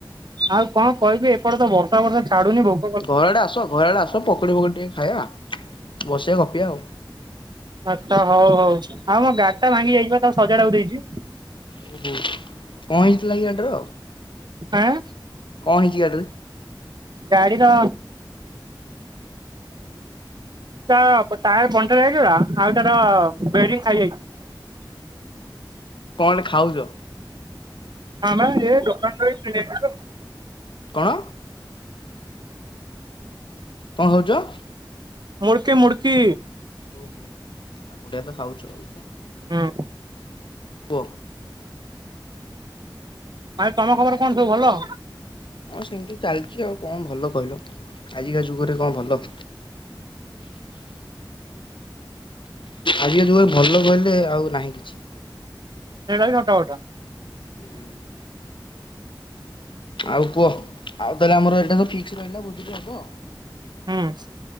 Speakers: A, on the right; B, on the left.
A: ଆଉ କଣ କହିବି ଏପଟେ ତ ବର୍ଷା ବର୍ଷା ଛାଡୁ଼ନି ଭୋ
B: ଘର ଆଡ଼େ ଆସ ଘର ଆଡ଼େ ଆସ ପକୁଡ଼ି ପକୁଡି଼ ଟିକେ ଖାଇବା ବସିବା ଗପିବା ଆଉ।
A: ଆଚ୍ଛା ହଉ ହଉ ଆଉ ମୋ ଗାଡ଼ିଟା ଭାଙ୍ଗି ଯାଇଚି ପା ତାକୁ ସଜାଡ଼ାକୁ ଦେଇଚି।
B: ଓ ହୋଉ କଁ ହେଇଥିଲା କି ଗାଡ଼ିର?
A: ଆଁ?
B: କଁ ହେଇଚି ଗାଡ଼ିରେ?
A: ଗାଡ଼ିର ତା ପ ଟାୟାର୍ ପଞ୍ଚର୍ ହେଇଥିଲା ଆଉ ତାର ବେରିଂ ଖାଇଯାଇଚି।
B: କଁଟେ ଖାଉଚ?
A: ଆମେ ଏ ଦୋକାନ ଦେଇକି ସିଲେଇ କରିଦେଉଚି।
B: କଣ? କଁ ଖାଉଚ?
A: ମୁଡ଼କି ମୁଡ଼କି।
B: ଓହୋ ଆଉ ବଢ଼ିଆ ତ ଖାଉଚ ଆଉ କଁ?
A: ହୁଁ।
B: କୁହ।
A: ଭାଇ ତମ ଖବର କଣ ସବୁ ଭଲ?
B: ହଁ ସେମିତି ଚାଲିଚି ଆଉ କଁ ଭଲ କହିଲ ଆଜିକା ଯୁଗରେ କଁ ଭଲ? ଆଜିକା ଯୁଗରେ ଭଲ କହିଲେ ଆଉ ନାହିଁ କିଛି।
A: ସେଇଟା ବି ସତ କଥା।
B: ଉଁ। ଆଉ କୁଅ ଆଉ ତାହେଲେ ଆମର ଏଟା ତ ଫିକ୍ସ ରହିଲା ଭୋଜିଟେ ହବ।
A: ହୁଁ।